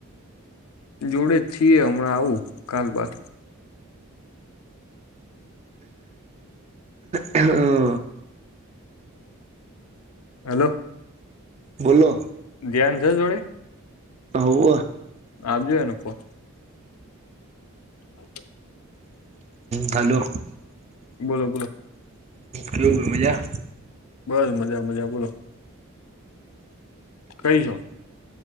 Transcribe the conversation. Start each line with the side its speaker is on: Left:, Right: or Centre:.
Left: જોડે જ છીએ હમણાં આવું કાલ બાાર
Right: હ હા
Left: હેલો
Right: બોલો
Left: ધ્યાન છે જોડે
Right: હોવ
Left: આપજો એને ફોન <inaudible>
Right: હલો
Left: બોલો બોલો.
Right: કેવું મજા
Left: બસ મજા મજા બોલો કઈ છો